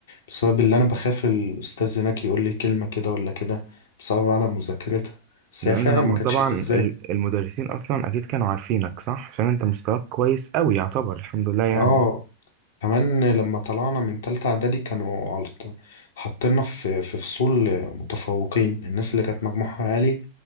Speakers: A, on the left (about 60°); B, on the right (about 40°).
A: بسبب اللي أنا بخاف الأستاذ هناك يقول لي كلمة كده ولا كده بسبب عدم مذاكرتها بس
B: لان
A: هي فعلا
B: هم
A: ما كانتش
B: طبعا
A: تتذاكر
B: ال- المدرسين اصلا اكيد كانوا عارفينك صح عشان انت مستواك كويس قوي يعتبر الحمد لله يعني
A: اه كمان لما طلعنا من تالتة إعدادي كانوا على ط- حاطيننا في في فصول متفوقين الناس اللي كانت مجموعها عالي